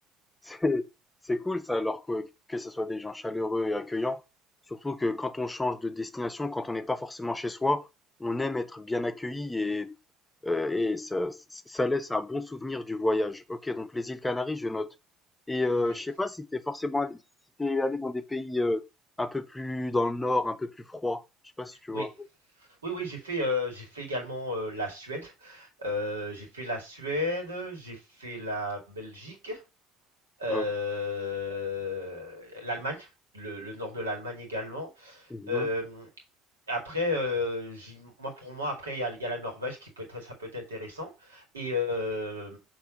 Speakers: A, on the left; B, on the right.
A: C'est c'est cool ça, alors que que ce soit des gens chaleureux et accueillants. Surtout que quand on change de destination, quand on n'est pas forcément chez soi, on aime être bien accueilli et, euh, et ça, ça laisse un bon souvenir du voyage. Ok, donc les îles Canaries, je note. Et euh,
B: Oui,
A: je sais pas si t'es forcément allé, si t'es allé dans des pays euh, un peu plus dans le nord, un peu plus froid. Je sais pas si tu
B: oui,
A: vois.
B: oui, oui, j'ai fait, euh, j'ai fait également euh, la Suède. Euh, j'ai fait la Suède, j'ai fait la Belgique. euh,
A: Ok.
B: l'Allemagne, le, le nord de l'Allemagne également.
A: Mhm.
B: Euh, après, euh, j'y- moi pour moi, après il y a, il y a la Norvège qui peut être, ça peut être intéressant et euh,